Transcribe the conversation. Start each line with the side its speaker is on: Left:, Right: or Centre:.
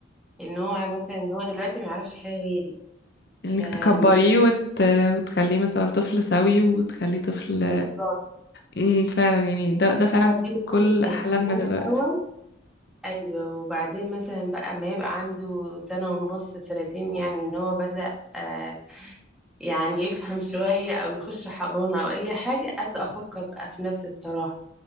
Centre: ان هو مثلا ان هو دلوقتي ما يعرفش حاجه غيري
Left: انك
Centre: فمتضايقة
Left: تكبريه وت... وتخليه مثلا طفل سوي وتخليه طفل
Centre: بالظبط
Left: مم. فعلا يعني ده ده فعلا
Centre: اديله
Left: كل
Centre: كل الاهتمام
Left: احلامنا دلوقتي
Centre: الاول ايوه وبعدين مثلا بقى ما يبقى عنده سنه ونص سنتين يعني ان هو بدأ آه يعني يفهم شويه او يخش حضانه او اي حاجه ابدا افكر بقى في نفس الصراحه